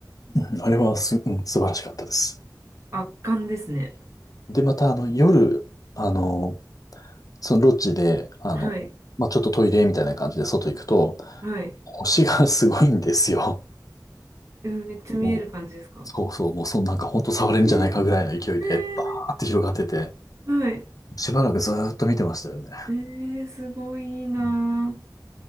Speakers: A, on the left; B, on the right.
A: うんあれはす、うん、素晴らしかったです。
B: 圧巻ですね。
A: で、また、あの、夜、あの、そのロッジで、あの、
B: はい。
A: まあ、ちょっとトイレみたいな感じで外行くと、
B: はい。
A: 星が <laughs> すごいんですよ。
B: え、めっちゃ見える感じですか
A: もう、そうそう、もうそんなんか本当触れるんじゃないかぐらいの勢いで、
B: ええ、え
A: バーって広がってて、
B: えはい。
A: しばらくずーっと見てましたよね。
B: ええ、すごいいいな。
A: うん